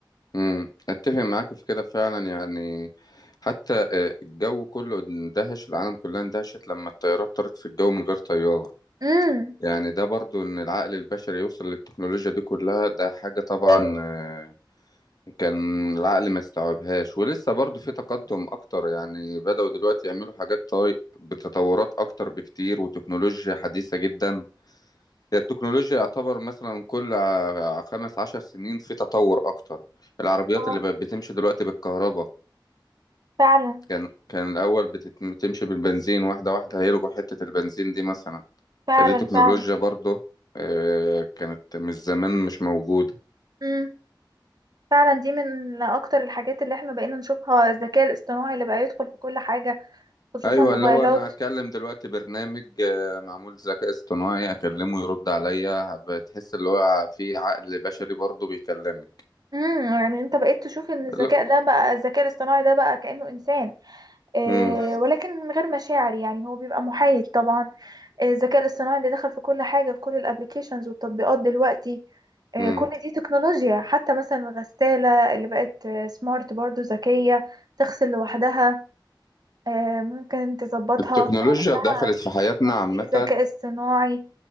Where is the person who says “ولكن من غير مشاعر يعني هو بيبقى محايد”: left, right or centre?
Right